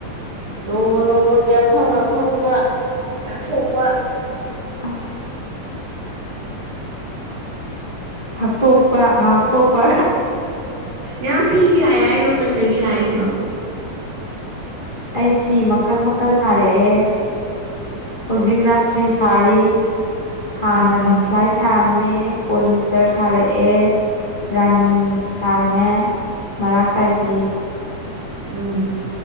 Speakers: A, on the right (about 80°); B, on the left (about 35°).
A: ꯅꯣꯡꯃ ꯅꯣꯡꯃꯒꯤ ꯑꯐꯪ ꯑꯐꯪꯕ ꯆꯥꯊꯣꯛꯄ
B: ꯑ ꯊꯛꯇꯣꯛꯄ ꯉꯥꯎꯊꯣꯛꯄ
A: ꯌꯥꯝ ꯐꯤꯁ ꯌꯥꯗ ꯀ ꯀꯩ ꯁꯥꯔꯤꯑꯣꯣ
B: ꯑꯩ ꯐꯤ ꯃꯈꯜ ꯃꯈꯜ ꯁꯥꯔꯛꯑꯦ ꯍꯧꯖꯤꯛ ꯔꯥꯥꯁ꯭ꯔꯤ ꯁꯥꯔꯤ ꯍꯥꯟꯅ
A: ꯎꯝ
B: ꯃꯁꯂꯥꯏ ꯁꯥꯔꯝꯃꯦ ꯄꯣꯂꯤꯁꯇꯔ ꯁꯥꯔꯛꯑꯦ ꯔꯥꯅꯤ ꯁꯥꯔꯝꯃꯦ ꯃꯔꯥꯛ ꯇꯥꯏꯄꯤ
A: ꯎꯝ